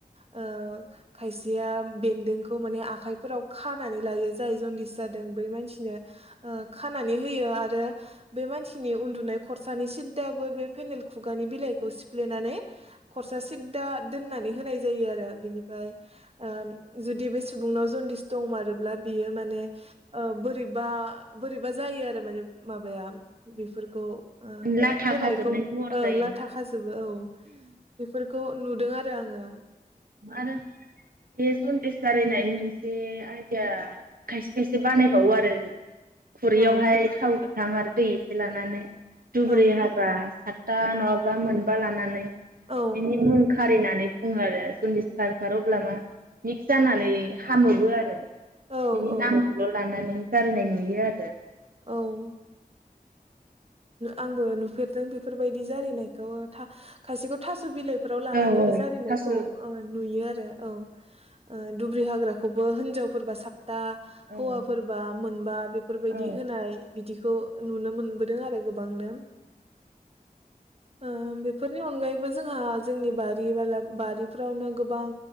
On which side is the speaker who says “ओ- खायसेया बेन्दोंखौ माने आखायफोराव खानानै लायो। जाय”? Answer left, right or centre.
Right